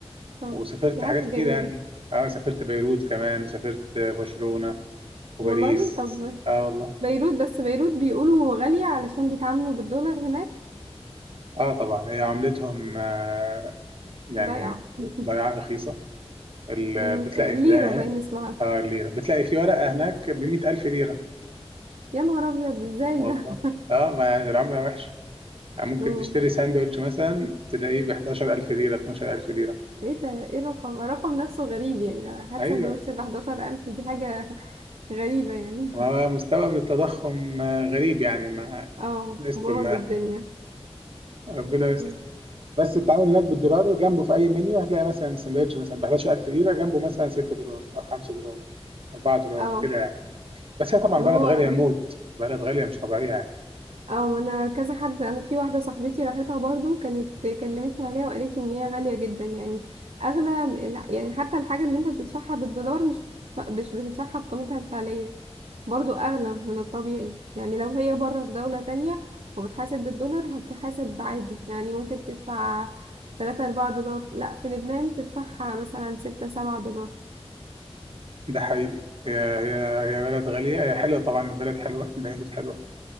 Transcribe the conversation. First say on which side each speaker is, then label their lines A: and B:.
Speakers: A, on the right; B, on the right.
A: اه
B: وسافرت
A: دي حاجة
B: حاجات كتير
A: جميلة
B: يعني اه سافرت بيروت كمان وسافرت برشلونة وباريس
A: والله طب
B: اه والله
A: بيروت بس بيروت بيقولوا غالية علشان بيتعاملوا بالدولار هناك
B: اه طبعا هي عملتهم آه يعني
A: ضايعة <laughs>
B: ضياعة رخيصة ال-
A: أمم،
B: بتلاقي
A: ليرة
B: في- اه
A: باين اسمها
B: آه، الليرة بتلاقي في ورقة هناك بمئة ألف ليرة
A: يا نهار أبيض ازاي
B: والله
A: ده <laughs>
B: اه ما يعني العملة وحشة يعني ممكن
A: أمم،
B: تشتري ساندوتش مثلا تلاقيه ب 11000 ليرة 12000 ليرة
A: ايه ده ايه الرقم الرقم نفسه غريب يعني هات
B: ايوه
A: سندوتش بحداشر ألف دي حاجة <laughs> غريبة يعني
B: ما
A: <laughs>
B: هو مستوى من التضخم آه، غريب يعني ما
A: اه
B: ربنا يستر
A: بوظ
B: ما
A: الدنيا
B: ربنا يستر
A: مم.
B: بس التعامل هناك بالدولار جنبه في اي منيو هتلاقي مثلا سندوتش مثلا ب 11000 ليره جنبه مثلا 6 دولار او 5 دولار 4 دولار
A: اه
B: كده يعني بس هي طبعا
A: ما
B: بلد
A: هو
B: غاليه موت بلد غاليه مش طبيعيه يعني
A: او انا كذا حد انا في واحده صاحبتي راحتها برضو كانت كلمتني عليها وقالت لي ان هي غاليه جدا يعني اغلى من- لا، يعني حتى الحاجه اللي انت بتدفعها بالدولار مش بتدفع- مش بتدفعها بقيمتها الفعليه برضو اغلى من الطبيعي يعني لو هي بره في دوله تانية وبتحاسب بالدولار هتحاسب عادي يعني ممكن تدفع 3 4 دولار لا في لبنان تدفعها مثلا 6 7 دولار
B: ده حقيقي هي هي هي بلد غاليه هي حلوه طبعا البلد حلوه بيروت حلوه